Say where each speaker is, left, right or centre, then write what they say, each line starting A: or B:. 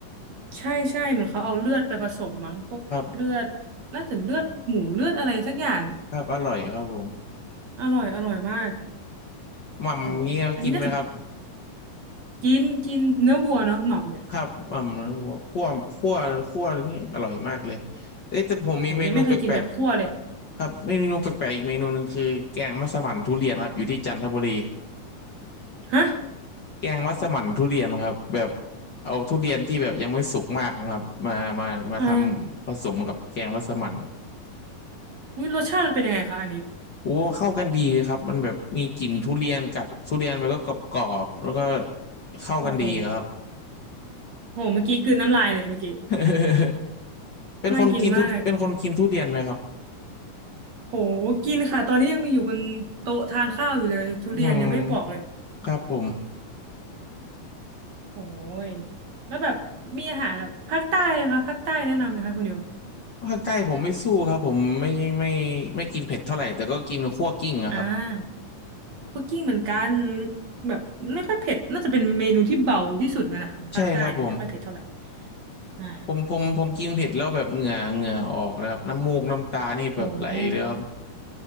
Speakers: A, on the right; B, on the left.
A: ใช่ใช่เหมือนเขาเอาเลือดไปผสมมั้งพวกเลือดน่าจะเลือดหมูเลือดอะไรสักอย่าง
B: ครับครับอร่อยครับผม
A: อร่อยอร่อยมาก
B: หม่ำเงี้ยกินไหมครับ
A: โหอันนี้น่าจะกินกินเนื้อวัวเนาะหม่ำเนี่ย
B: ครับหม่ำหัวคั่วคั่วคั่วนี่อร่อยมากเลยเอ้ยแต่ผมมีเมนูแปลก
A: โหยังไม่เคยกินแบบคั่วเลย
B: ๆครับเมนูแปลกๆอีกเมนูหนึ่งคือแกงมัสมั่นทุเรียนครับอยู่ที่จันทบุรี
A: ฮะ
B: แกงมัสมั่นทุเรียนครับแบบเอาทุเรียนที่แบบยังไม่สุกมากนะครับมามามาทำผสมกับแกงมัสมั่น
A: อ่าอุ๊ยรสชาติมันเป็นยังไงคะอันนี้
B: โอ้เข้ากันดีครับมันแบบมีกลิ่นทุเรียนกัดทุเรียนมันก็กรอบๆแล้วก็เข้ากันดีอะครับ
A: โอ้โหโหเมื่อกี้กลืนน้ำลายเลยเมื่อกี้
B: <laughs> เป็นคนกินทุเป็นคนกินทุเรียนไหมครับ
A: น่ากินมากโหกินค่ะตอนนี้ยังมีอยู่บนโต๊ะทานข้าวอยู่เลยทุเรียนยังไม่ปอกเลย
B: อืมครับผม
A: โอ้ยแล้วแบบมีอาหารแบบภาคใต้นะคะภาคใต้แนะนำไหมคะคุณโย
B: ภาคใต้ผมไม่สู้ครับผมไม่ไม่ไม่กินเผ็ดเท่าไหร่แต่ก็กินคั่วกลิ้งอะครับ
A: อ่าคั่วกลิ้งเหมือนกันมันแบบไม่ค่อยเผ็ดน่าจะเป็นเมนูที่เบาที่สุดแล้วนะของภาคใต้เนี่ยไม่ค่อยเผ็ดเท่าไหร่
B: ใช่ครับผม
A: อ่า
B: ผมผมผมกินเผ็ดแล้วแบบเหงื่อเหงื่อออกนะครับน้ำมูกน้ำตานี่แบบไหลเลยครับ
A: โอ้